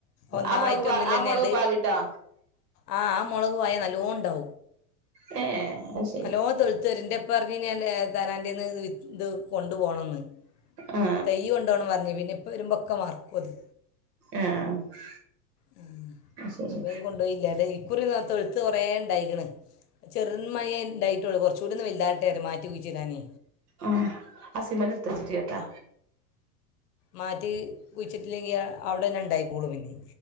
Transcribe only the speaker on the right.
ആ മുളക് പ
ആ മുളക് പാവിട്ടോ
എ
ഏ അത് ശരി
ആ
ആ
ശരി
ആ അസിമന്റെ എടുത്ത് വെച്ചിട്ട് കേട്ടാ